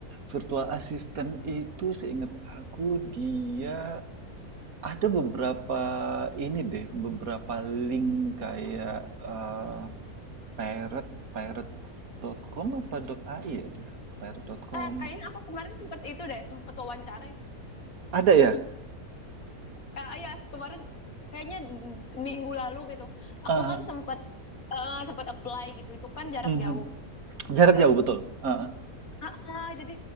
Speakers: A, on the right; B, on the left.
A: Virtual assistant itu seingat aku dia ada beberapa ini deh, beberapa link kayak eh, pirate, pirate.com apa dot .ai ya dia? Pirate.com.
B: Eh, kayaknya aku kemarin sempet itu deh, sempet wawancara
A: Ada ya?
B: Kak Ayas kemarin kayaknya minggu lalu gitu.
A: Ah,
B: Aku kan sempet eh, sempet apply gitu. Itu kan jarak
A: mhm.
B: jauh.
A: Jarak
B: Terus
A: jauh betul. Ah, ah.
B: ah, ah, jadi